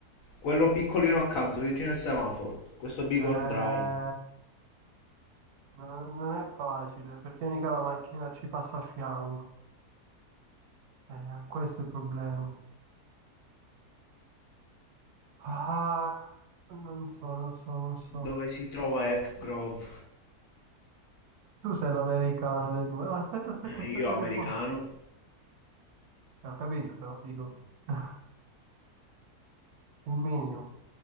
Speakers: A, on the left (about 65°); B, on the right (about 75°).
A: Quello piccolino accanto, vicino al semaforo. Questo Bighorn
B: Eh,
A: Drive.
B: no- non è facile perché mica la macchina ci passa a fianco. Eh, questo è il problema. Ah, non so, non so, non so.
A: Dove si trova Elk Grove?
B: Tu sei l'americano dei due. Ah, Aspetta, aspetta,
A: <laughs>
B: aspetta
A: Io americano.
B: che poi... Eh, Ho capito, però dico <laughs> un minimo.